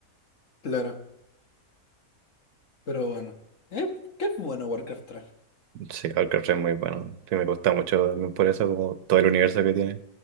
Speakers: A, on the left; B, on the right.
A: Claro, pero bueno. Eh, ¿qué es bueno Warcraft
B: Sí, Alcatraz es muy bueno. Sí, me gusta mucho también por eso, como todo el universo que tiene.